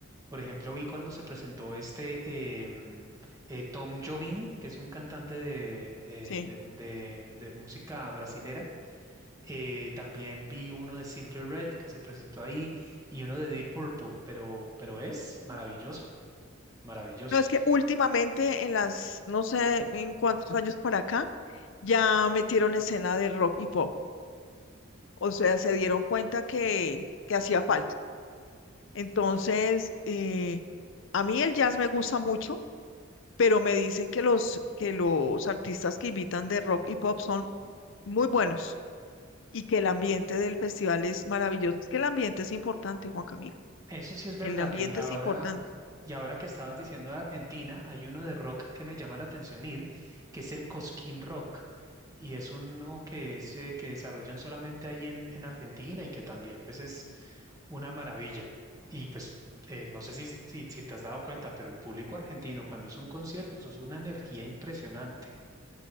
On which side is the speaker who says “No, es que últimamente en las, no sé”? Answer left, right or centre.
Left